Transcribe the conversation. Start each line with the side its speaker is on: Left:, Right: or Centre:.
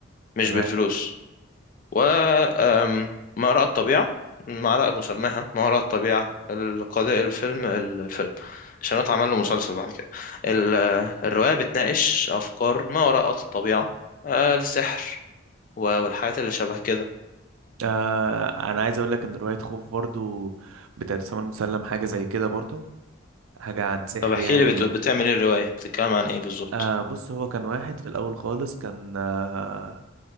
Left: مش
Right: تمام
Left: بالفلوس و آم، ما وراء الطبيعة معلقة مسماها ما وراء الطبيعة القضاء الفيلم الفيلم عشان اتعمل له مسلسل بعد كده ال- الرواية بتناقش أفكار ما وراء الطبيعة آه، السحر و- والحاجات اللي شبه كده
Right: آه انا عايز اقول لك ان رواية خوف برضو بتاعت أسامة المسلم حاجة زي كده برضو حاجة عن سحر
Left: طب احكي
Right: يعني
Left: لي بت...
Right: و...
Left: بتعمل ايه الرواية بتتكلم عن ايه بالظبط
Right: آه بص هو كان واحد في الأول خالص كان آه